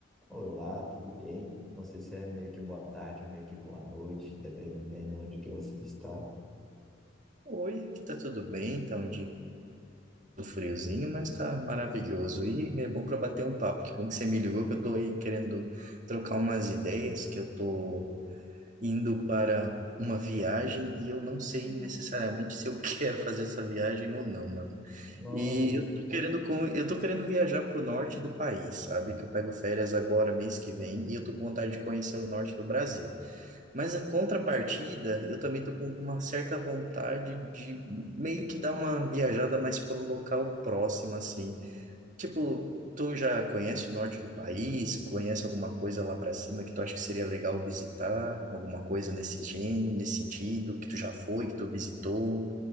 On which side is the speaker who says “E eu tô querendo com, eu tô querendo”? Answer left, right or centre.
Right